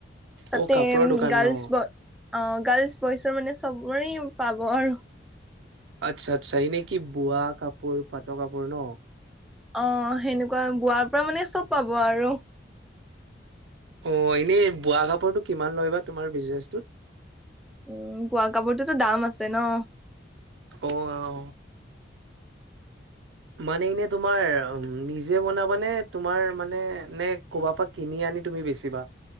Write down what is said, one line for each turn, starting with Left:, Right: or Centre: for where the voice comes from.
Centre: তাতে
Right: অ কাপোৰৰ দোকান
Centre: গাৰ্লছ
Right: ন?
Centre: ব অ গাৰ্লছ বইচৰ মানে চবোৰে পাব আৰু
Right: আচ্ছা আচ্ছা এনে কি বোৱা কাপোৰ পাটৰ কাপোৰ ন
Centre: অ সেনেকুৱা বোৱাৰ পৰা মানে চব পাব আৰু
Right: অ এনেই বোৱা কাপোৰটো কিমান লয় বাা তোমাৰ বিজনেচত
Centre: উম বোৱা কাপোৰটোতো দাম আছে ন
Right: অ অহ মানে এনে তোমাৰ নিজ নিজে বনাবানে তোমাৰ মানে নে কবাৰ পৰা কিনি আনি তুমি বেছিিবা